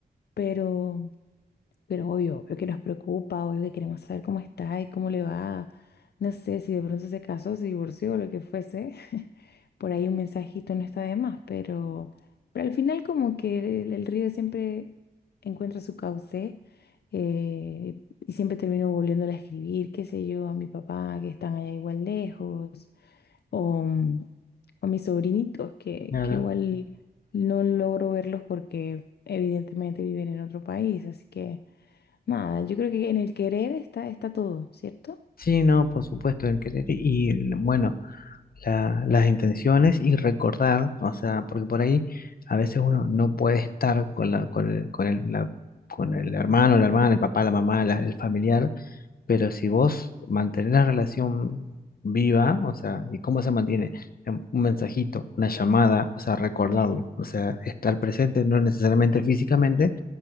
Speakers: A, on the left; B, on the left.
A: pero... Pero obvio, obvio que nos preocupa, obvio que queremos saber cómo está y cómo le va. No sé si de pronto se casó, se divorció, o lo que fuese. <laughs> Por ahí un mensajito no está de más, pero, pero al final como que el, el río siempre encuentra su cauce eh, y siempre termino volviéndole a escribir, qué sé yo, a mi papá que están allá igual lejos o mm, a mis sobrinitos que,
B: claro,
A: que igual no logro verlos porque evidentemente viven en otro país, así que nada, yo creo que en el querer está, está todo, ¿cierto?
B: sí, no, por supuesto, el querer y el- bueno, la- las intenciones y recordar, o sea, porque por ahí a veces uno no puede estar con la, con el, con el- la- con el hermano, la hermana, el papá, la mamá, la- el familiar Pero si vos mantenés la relación viva, o sea, ¿y cómo se mantiene? Em, Un mensajito, una llamada, o sea, recordarlo, o sea, estar presente, no necesariamente físicamente,